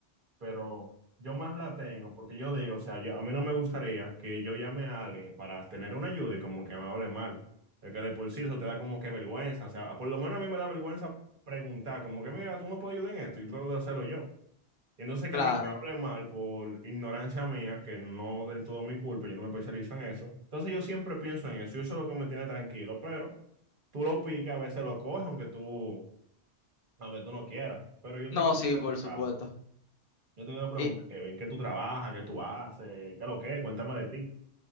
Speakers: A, on the right (about 50°); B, on the left (about 60°).
A: pero yo más la tengo porque yo digo, o sea, yo, a mí no me gustaría que yo llame a alguien para tener una ayuda y como que me hable mal. El que de por sí eso te da como que vergüenza, o sea, por lo menos a mí me da vergüenza preguntar, como que mira, tú me puedes ayudar en esto, yo trato de hacerlo yo. Y entonces que
B: Claro.
A: alguien me hable mal por ignorancia mía, que no del todo mi culpa, yo no me especializo en eso. Entonces yo siempre pienso en eso y eso es lo que me tiene tranquilo, pero tú lo picas, a veces lo coges, aunque tú, aunque tú no quieras. Pero yo
B: No,
A: te quiero
B: sí,
A: preguntar.
B: por supuesto.
A: Yo te quiero preguntar,
B: Y,
A: Kevin, ¿qué tú trabajas? ¿Qué tú haces? ¿Qué es lo que? es? Cuéntame de ti.